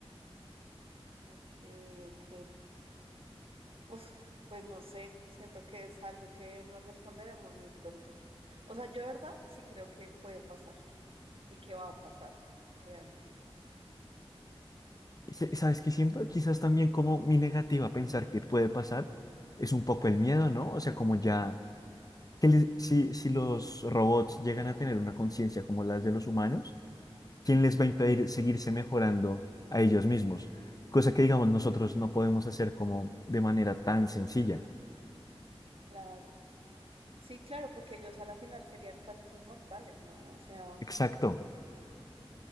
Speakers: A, on the right; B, on the left.
A: ok, ok. Uf, pues no sé, siento que es algo que nos responderemos muy pronto. O sea, yo de verdad sí creo que puede pasar. ¿Y qué va a pasar realmente?
B: Y se- ¿Sabes qué siento? Quizás también como mi negativa a pensar que puede pasar es un poco el miedo, ¿no? O sea, como ya que les- si, si los robots llegan a tener una conciencia como las de los humanos, ¿quién les va a impedir seguirse mejorando a ellos mismos? Cosa que, digamos, nosotros no podemos hacer como de manera tan sencilla.
A: Claro. Sí, claro, porque ellos a la final serían casi que inmortales, ¿no? O sea,
B: Exacto,